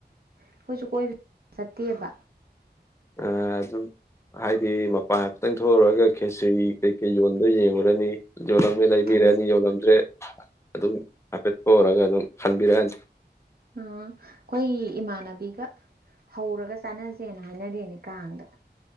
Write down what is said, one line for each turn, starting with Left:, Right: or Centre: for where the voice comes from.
Right: ꯑꯩꯈꯣꯏꯁꯨ ꯀꯣꯏꯕ ꯆꯠꯇꯦꯕ
Left: ꯑꯥ ꯑꯗꯨꯝ ꯍꯥꯏꯗꯤ ꯃꯄꯥꯟ ꯍꯥꯏꯐꯇꯪ ꯊꯣꯛꯎꯔꯒ ꯈꯦꯁꯤꯔꯤ ꯀꯩꯀꯩ ꯌꯣꯟ ꯑꯗꯨ ꯌꯦꯡꯉꯨꯔꯅꯤ ꯌꯣꯜꯂꯝꯃꯦ ꯂꯩꯕꯤꯔꯅꯤ
Right: ꯎꯝ
Left: ꯌꯣꯜꯂꯝꯗ꯭ꯔꯦ ꯑꯗꯨꯝ ꯍꯥꯏꯐꯦꯠ ꯊꯣꯛꯎꯔꯒ ꯑꯗꯨꯝ ꯈꯟꯕꯤꯔꯛꯑꯅꯤ
Right: ꯑ ꯑꯩꯈꯣꯏ ꯏꯃꯥꯟꯅꯕꯤꯒ ꯍꯧꯔꯒ ꯆꯥꯅꯁꯦꯅ ꯍꯥꯏꯅꯔꯤꯅꯦ ꯀꯥꯡꯗ